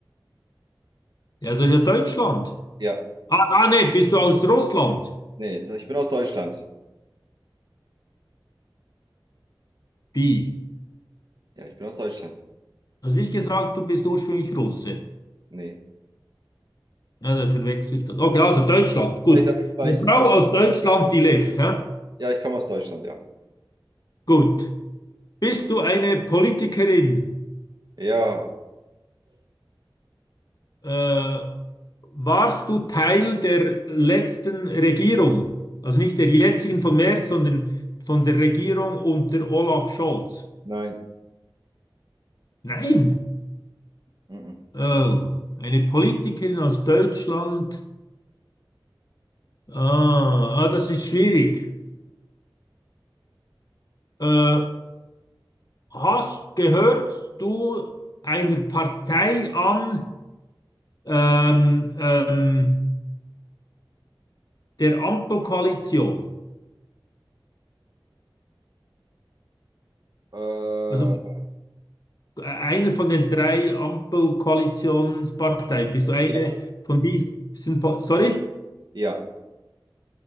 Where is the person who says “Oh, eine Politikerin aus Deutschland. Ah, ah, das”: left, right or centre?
Left